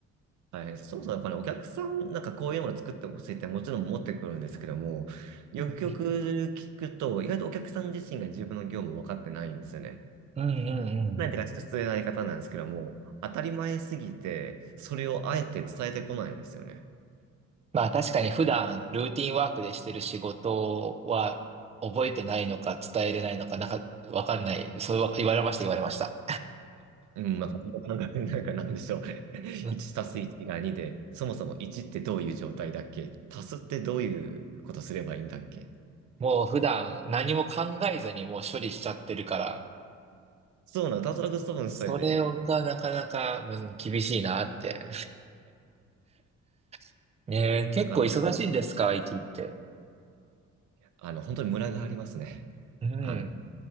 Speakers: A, on the right; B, on the right.
A: 大変です。そもそもやっぱりお客さん、なんかこういうものを作ってほしいってもちろん持ってくるんですけども、よくよく聞くと、
B: うん
A: 意外とお客さん自身が自分の業務を分かってないんですよね。
B: うんうんうんうん
A: なんていうかちょっと失礼な言い方なんですけども、当たり前すぎて、それをあえて伝えてこないんですよね。
B: まあ確かに普段ルーティンワークでしてる仕事は覚えてないのか伝えれないのか、なんかわかんない。そうは言われました、言われました。
A: うん、なんかその感覚になんかなんでしょう。<laughs>
B: うん
A: 1たす1が2で、そもそも1ってどういう状態だっけ足すってどういうことすればいいんだっけ
B: もう普段何も考えずにもう処理しちゃってるから、
A: そうなの、たすらく多分それで、
B: それがなかなかうん厳しいなって。<laughs> ねえ、結構忙しいんですか
A: なんかあの、
B: ?IT って。
A: あの、本当にムラがありますね。
B: うん。
A: あの、や